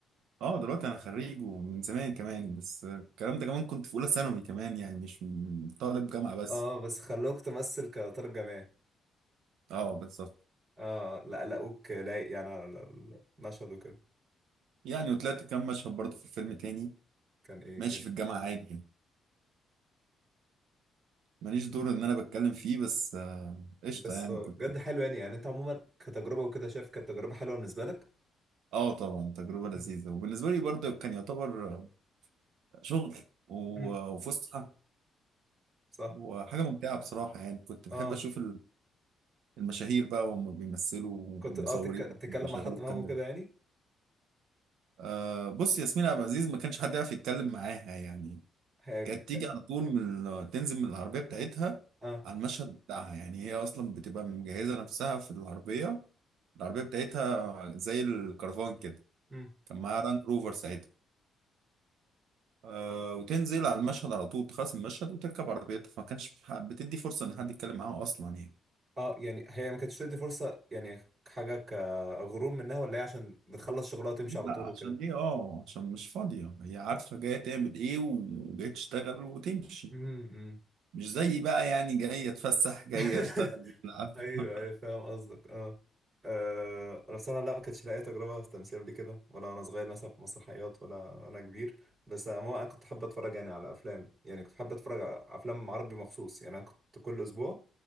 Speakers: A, on the right; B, on the right.
A: اه دلوقتي انا خريج ومن زمان كمان بس الكلام ده كمان كنت في اولى ثانوي كمان يعني مش م- طالب جامعة بس
B: اه بس خلوك تمثل كطالب جامعي
A: اه بالظبط
B: اه لا لقوك لايق يعني على المشهد وكده
A: يعني وطلعت كام مشهد برضه في الفيلم تاني
B: كان ايه
A: ماشي
B: زي إيه.
A: في الجامعة عادي يعني ماليش دور ان انا بتكلم فيه بس آه، قشطة
B: بس
A: يعني
B: آه،
A: كنت
B: بجد حلو يعني يعني انت عموما كتجربة وكده شايف كانت تجربة حلوة بالنسبة لك
A: اه طبعا تجربة لذيذة
B: مم.
A: وبالنسبة لي برضه كان يعتبر آه، شغل و-
B: مم.
A: وفسحة
B: صح
A: وحاجة ممتعة بصراحة يعني كنت بحب
B: اه
A: أشوف المشاهير بقى وهم بيمثلوا
B: كنت
A: ومصورين
B: اه تك... تتكلم
A: بيشغلوا
B: مع حد
A: الكاميرا
B: فاهمه كده يعني
A: آه بص ياسمين عبد العزيز ما كانش حد يعرف يتكلم معاها يعني
B: هي
A: كانت
B: ج-
A: تيجي على طول من ال- تنزل من العربية بتاعتها
B: اه
A: على المشهد بتاعها يعني هي أصلا بتبقى مجهزة نفسها في العربية العربية بتاعتها زي الكرفان كده
B: مم.
A: كان معاها رانج روفر ساعتها آه وتنزل على المشهد على طول تخلص المشهد وتركب عربيتها فما كانش ح- بتدي فرصة إن حد يتكلم معاها أصلا يعني
B: اه يعني هي ما كانتش تدي فرصة يعني حاجة كغرور منها ولا هي عشان بتخلص شغلها وتمشي
A: لا
B: على طول وكده
A: عشان ايه اه عشان مش فاضية هي عارفة جاية تعمل ايه وجاية تشتغل وتمشي
B: امم
A: مش زي بقى يعني جاية اتفسح جاية
B: <laughs>
A: اشتغل ألعب.
B: ايوه
A: <laughs>
B: ايوه فاهم قصدك اه آه، انا بصراحه لا ما كانتش لاقي تجربه في التمثيل قبل كده ولا وانا صغير مثلا في مسرحيات ولا انا كبير بس عموما انا كنت حابب اتفرج يعني على افلام يعني كنت حابب اتفرج على افلام عربي مخصوص يعني انا كنت كل اسبوع